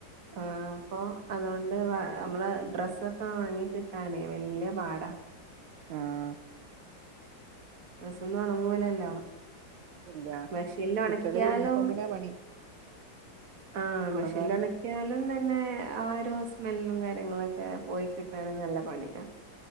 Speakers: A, on the right (about 50°); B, on the right (about 85°).
A: ആ അപ്പൊ അതുകൊണ്ട് നമ്മളെ ഡ്രസ്സൊക്കെ ഒണങ്ങി കിട്ടാനേ വല്യ പാടാ.
B: ആഹ്
A: ഡ്രസ്സ് ഒന്നുംഉണങ്ങുലല്ലോ
B: ഇല്ല
A: മിഷീനിൽ ഉണക്കിയാലും
B: കുട്ടികളെ യൂണിഫോമിനാ പണി
A: ആഹ് മെഷീനി
B: ഉണങ്ങാന്
A: ക്കാലും തന്നെ ആരോ സ്മെല്ലും കാര്യങ്ങളൊക്കെ പോയി കിട്ടാനും നല്ല പണിയാ